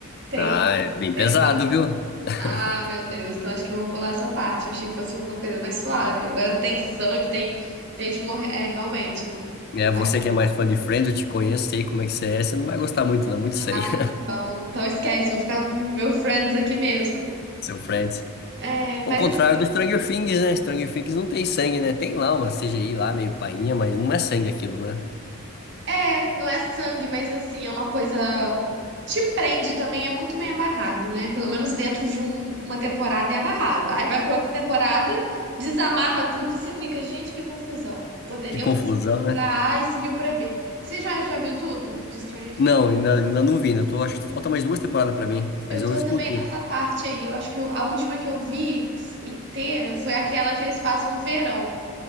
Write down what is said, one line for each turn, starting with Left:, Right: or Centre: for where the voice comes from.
Right: Tem.
Left: Ah, é bem
Right: Tem
Left: pesado, viu? <laughs>
Right: Ah, meu Deus, então acho que eu vou pular essa parte. Eu achei que fosse uma coisa mais suave.
Left: Não.
Right: Agora tem sangue, tem gente morrendo. É, realmente, não, não
Left: É, você
Right: vai dar.
Left: que é mais fã de Friends, eu te conheço, sei como é que você é, você não vai gostar muito, não, muito sangue.
Right: Ah,
Left: <laughs>
Right: então, então esquece, vou ficar com meu friends aqui mesmo.
Left: Seu Friends.
Right: É,
Left: Ao
Right: mas
Left: contrário
Right: assim,
Left: do Stranger Things, né? Stranger Things não tem sangue, né? Tem lá uma CGI lá, meio painha, mas não é sangue aquilo, né?
Right: É, não é sangue, mas assim, é uma coisa. Te prende também, é muito bem amarrado, né? Pelo menos dentro de um- uma temporada é amarrado. Aí vai pra outra temporada, desamarra tudo e você fica, gente, que confusão. Poderiam
Left: Que confusão,
Right: ter seguido
Left: né?
Right: pra A e seguiu pra B. Você já, já viu tudo de Stranger
Left: Não,
Right: Things?
Left: ainda, ainda não vi, ainda tô, acho que falta mais duas temporadas pra mim,
Right: Eu
Left: mas eu
Right: tô
Left: escuto.
Right: também nessa parte aí. Eu acho que eu- a última que eu vi inteira foi aquela que eles passam o verão.